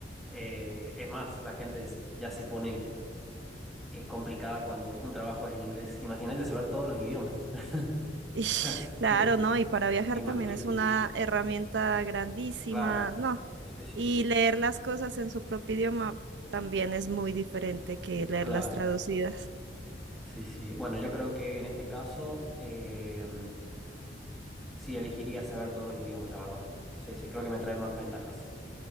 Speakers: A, in the centre; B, on the right.
A: Eh, es más, la gente es- ya se pone eh, complicada cuando un trabajo es en inglés. Imagínate saber todos los idiomas. <laughs>
B: Ish,
A: Así
B: claro,
A: que,
B: ¿no? Y para viajar
A: imagino.
B: también es una herramienta grandísima,
A: Claro.
B: ¿no?
A: Sí, sí,
B: Y
A: sí.
B: leer las cosas en su propio idioma también es muy diferente que leerlas
A: Claro.
B: traducidas.
A: Sí, sí. Bueno, yo creo que en este caso eh, sí elegiría saber todos los idiomas, la verdad. Sí, sí, creo que me trae más ventajas.